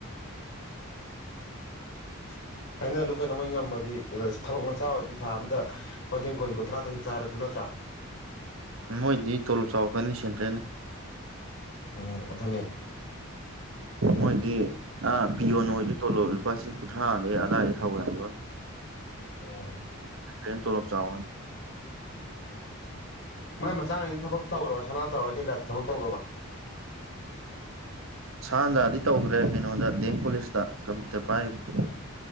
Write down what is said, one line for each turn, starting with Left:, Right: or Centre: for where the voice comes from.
Left: <unintelligible> ꯍꯥꯏꯅ ꯍꯜꯂꯨ ꯀꯩꯅꯣ ꯃꯣꯏ ꯉꯝꯃꯗꯤ ꯑꯁ ꯊꯕꯛ ꯃꯆꯥ ꯑꯣꯏꯔꯁꯨ ꯊꯥ ꯑꯃꯗ ꯂꯨꯄꯥ ꯂꯤꯁꯤꯡ ꯀꯨꯟ ꯀꯨꯟꯊ꯭ꯔꯥꯗꯪ ꯆꯥꯔꯁꯨ ꯅꯠꯇ꯭ꯔꯥ <unintelligible>
Right: ꯃꯣꯏꯗꯤ ꯇꯣꯂꯣꯞ ꯆꯥꯎꯔꯛꯀꯅꯤ ꯁꯦꯟꯇ꯭ꯔꯦꯟꯅꯦ
Left: ꯎꯝ ꯑꯗꯨꯅꯦ
Right: ꯃꯣꯏꯗꯤ ꯑꯥ ꯄꯤꯌꯣꯟ ꯑꯣꯏꯔꯁꯨ ꯇꯣꯂꯣꯕ ꯂꯨꯄꯥ ꯂꯤꯁꯤꯡ ꯀꯨꯟꯊ꯭ꯔꯥ ꯗꯩ ꯑꯗꯥꯏꯗꯩ ꯍꯧꯋꯦ ꯍꯥꯏꯕꯅꯦ
Left: ꯎꯝ
Right: ꯁꯦꯟꯇ꯭ꯔꯦꯟꯗꯤ ꯇꯣꯂꯣꯕ ꯆꯥꯎꯕꯅꯦ
Left: ꯃꯥꯏ ꯃꯆꯥꯉꯩꯗꯤ ꯊꯕꯛ ꯇꯧꯈ꯭ꯔꯕ ꯁꯅꯥꯗꯥ ꯍꯣꯏ ꯀꯩꯀꯥꯗꯤ ꯊꯕꯛ ꯇꯧꯈ꯭ꯔꯕ
Right: ꯁꯥꯗ꯭ꯔꯗꯤ ꯇꯧꯈ꯭ꯔꯦ ꯀꯩꯅꯣꯗ ꯗꯤ ꯑꯦꯝ ꯀꯣꯂꯦꯖꯇ ꯀꯝꯄ꯭ꯌꯨꯇꯔ ꯄꯥꯏꯔꯤꯕꯅꯦ